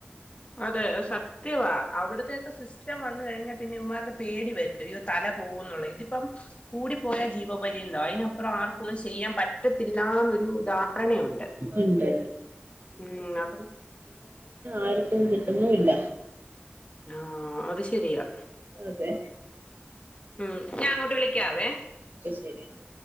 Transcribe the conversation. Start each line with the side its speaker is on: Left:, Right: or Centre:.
Left: അതെ സത് ത്യവാ അവിടത്തെൊക്കെ സിസ്റ്റം വന്നു കഴിഞ്ഞാൽ പിന്നെ ഇവന്മാർക്ക് പേടി വരുണ്ട് തല പോകും എന്നുള്ളത് ഇതിപ്പം കൂടിപ്പോയ ജീവപര്യന്തം അയി പ്രൊ ആർക്കുവൊ ചെയ്യാൻ പറ്റത്തില്ലന്നൊരു ധാരണയൊണ്ട്
Right: ഇണ്ട്
Left: ഉം അതും
Right: ആര്ക്കും കിട്ടുന്നുവില്ല
Left: ആഹ് അത് ശെരിയാ
Right: അതെ
Left: ഉം ഞാ അങ്ങോട്ട് വിളിക്കാവേ
Right: ശെരി എന്നാ